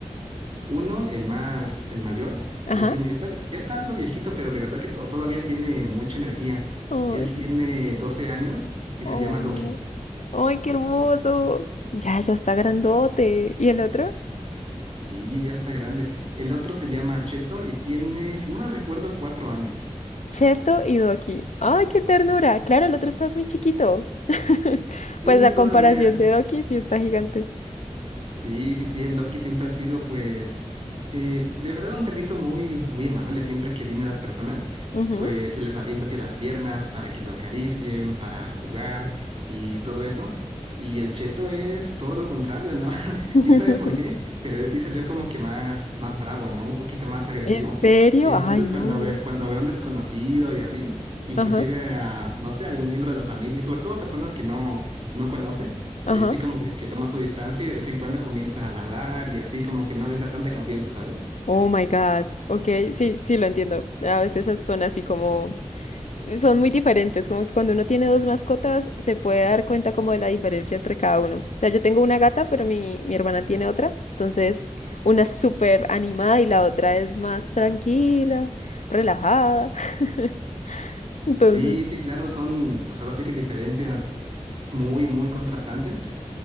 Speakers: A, on the right; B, on the left.
A: Uno, el más, el mayor,
B: Ajá.
A: ya tiene, está, ya está algo viejito, pero de verdad que to- todavía tiene mucha energía.
B: Ay.
A: Él tiene 12 años y
B: Oh.
A: se llama Doki.
B: Ay, qué hermoso. Ya, ya está grandote. ¿Y el otro?
A: Sí, ya está grande. El otro se llama Cheto y tiene, si no me recuerdo, cuatro años.
B: Cheto y Doki. ¡Ay, qué ternura! Claro, el otro está muy chiquito. <laughs>
A: Sí,
B: Pues a
A: todavía.
B: comparación de Doki, sí está gigante.
A: Sí, sí, sí, el Loki siempre ha sido, pues, eh, de verdad un perrito muy, muy amable. Siempre que vienen las personas,
B: Ujú.
A: pues se les avienta hacia las piernas para que lo acaricien, para jugar y todo eso. Y el Cheto es todo lo contrario, ¿no? <laughs>
B: <laughs>
A: Quién sabe por qué, pero él sí salió como que más, más bravo, ¿no? Un poquito más agresivo.
B: ¿En serio?
A: Entonces,
B: Ay, no.
A: cuando ve, cuando ve a un desconocido y así, inclusive
B: Ajá,
A: a, no sé, a algún miembro de la familia, sobre todo a personas que no, no conoce
B: ajá.
A: él sí como que, que toma su distancia y de vez en cuando comienza a ladrar y así como que no les da tanta confianza, ¿sabes?
B: Oh my God. Ok, sí, sí lo entiendo. A veces esas son así como Son muy diferentes, como que cuando uno tiene dos mascotas se puede dar cuenta como de la diferencia entre cada uno. O sea, yo tengo una gata, pero mi, mi hermana tiene otra, entonces una es súper animada y la otra es más tranquila, relajada. <laughs> Entonces,
A: Sí, sí, claro, son pues ahora sí que diferencias muy, muy contrastantes,